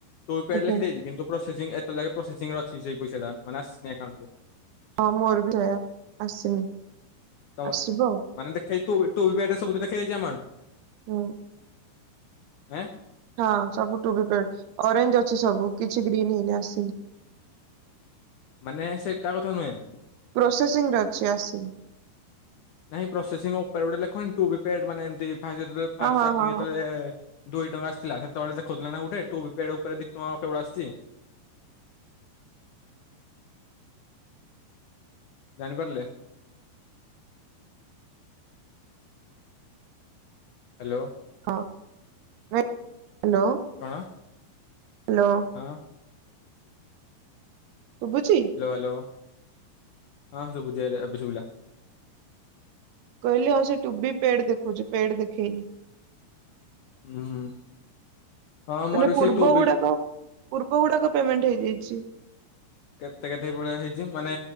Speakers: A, on the left; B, on the right.
A: ତୁ ପେଡ଼େ
B: ଆଜ୍ଞା
A: ଲେଖିଦେଇଛି ଦେଇଛି କିନ୍ତୁ ପ୍ରୋସେସିଂ ଏତେ ଲାଗେ ପ୍ରୋସେସିଂ ରେ ଅଛି ସେଇ ପଇସା ଟା ମାନେ ଆସିନି ଆକାଉଣ୍ଟ କୁ।
B: ହଁ ମୋର ବି ସେଇୟା ଆସିନି
A: ତମ
B: ଆସିବ ଆଉ।
A: ମାନେ ଦେଖେଇଥିବୁ ଏଟୁ <unintelligible> ଏମାଉଣ୍ଟ।
B: ହୁଁ।
A: ଏଁ।
B: ହଁ ସବୁ ଟୁ ବି ପେଡ଼େ ଅରେଞ୍ଜ ଅଛି ସବୁ କିଛି ଗ୍ରୀନ୍ ହେଇନି ଆସିନି।
A: ମାନେ ସେଇଟା କଥା ନୁହେଁ।
B: ପ୍ରୋସେସିଂ ରେ ଅଛି ଆସି
A: ନାଇଁ ପ୍ରୋସେସିଂ ଉପରେ ଗୋଟେ ଲେଖୁନି ଟୁ ବି ପେଡ଼୍ <unintelligible>
B: ହଁ ହଁ ହଁ
A: ଦୁଇ ଟଙ୍କା ଆସିଥିଲା ସେତେବେଳେ ଦେଖଉଥିଲା ନା ଗୋଟେ ଟୁ ବୀ ପେଡ଼୍ ଉପରେ ଦି ଟଙ୍କା <unintelligible> ଆସିଛି ଜାଣିପାରିଲେ? ହ୍ୟାଲୋ।
B: ହଁ ହ୍ୟାଲୋ।
A: କଣ
B: ହ୍ୟାଲୋ
A: ହଁ।
B: ଶୁଭୁଛିି?
A: ହ୍ୟାଲୋ ହ୍ୟାଲୋ ହଁ ସୁବୁଝି ଏବେ ଶୁଭିଲା।
B: କହିଲି ଆଉ ସେ ଟୁ ବି ପେଡ ଦେଖଉଛି ପେଡ ଦେଖେଇନି।
A: ହୁଁ ହୁଁ। ହଁ ମୋର
B: ମାନେ
A: ବି
B: ପୂର୍ବ
A: ସେଇ ଟୁ ବି
B: ଗୁଡାକ ପୂର୍ବ ଗୁଡାକ ପେମେଣ୍ଟ ହେଇଯାଇଛି।
A: କେତେ କେତେଇ ଭଳିଆ ହେଇଛି ମାନେ